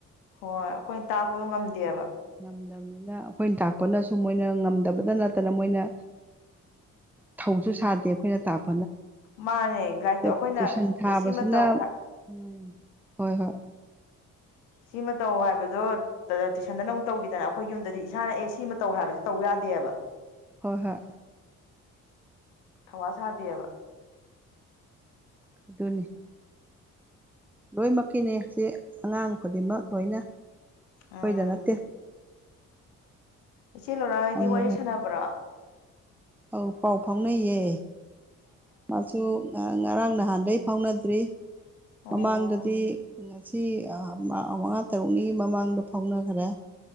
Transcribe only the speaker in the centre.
ꯉꯝꯗꯕꯅꯤꯅ ꯑꯩꯈꯣꯏꯅ ꯇꯥꯛꯄꯅꯁꯨ ꯃꯣꯏꯅ ꯉꯝꯗꯕꯇ ꯅꯠꯇꯅ ꯃꯣꯏꯅ ꯊꯧꯁꯨ ꯁꯥꯗꯦ ꯑꯩꯈꯣꯏꯅ ꯇꯥꯛ
<unintelligible>
ꯇꯨꯏꯁꯟ ꯊꯥꯕꯁꯤꯅ
ꯎꯝ ꯍꯣꯏ ꯍꯣꯏ
ꯍꯣꯏ ꯍꯣꯏ
ꯑꯗꯨꯅꯤ ꯂꯣꯏꯅꯃꯛꯀꯤꯅꯤ ꯁꯤ ꯑꯉꯥꯡ ꯈꯨꯗꯤꯡꯃꯛ ꯂꯣꯏꯅ ꯑꯩꯈꯣꯏꯗ
ꯅꯠꯇꯦ
ꯍꯪꯉꯨ
ꯍꯪꯉꯨ
ꯑꯧ ꯄꯥꯎ ꯐꯥꯎꯅꯩꯌꯦ ꯃꯥꯁꯨ ꯉꯔꯥꯡ ꯅꯍꯥꯟꯗꯩ ꯐꯥꯎꯅꯗ꯭ꯔꯤ
ꯃꯃꯥꯡꯗꯗꯤ
ꯉꯁꯤ ꯃꯉꯥ ꯇꯔꯨꯛꯅꯤꯒꯤ ꯃꯃꯥꯡꯗ ꯐꯥꯎꯅꯈꯔꯦ